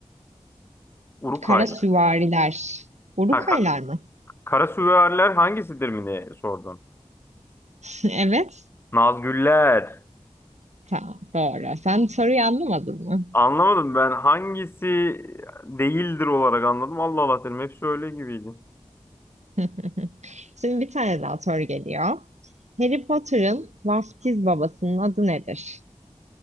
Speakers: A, on the left (about 20°); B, on the right (about 75°).
A: Urukaylı.
B: Kara süvariler. Urukaylar
A: Ha, ka
B: mı?
A: kara süvariler hangisidir mi diye sordun.
B: <laughs> Evet.
A: Nazgüller.
B: Tamam, doğru. Sen soruyu anlamadın mı?
A: Anlamadım ben hangisi değildir olarak anladım. Allah Allah dedim. Hepsi öyle gibiydi.
B: <laughs> Şimdi bir tane daha soru geliyor. Harry Potter'ın vaftiz babasının adı nedir?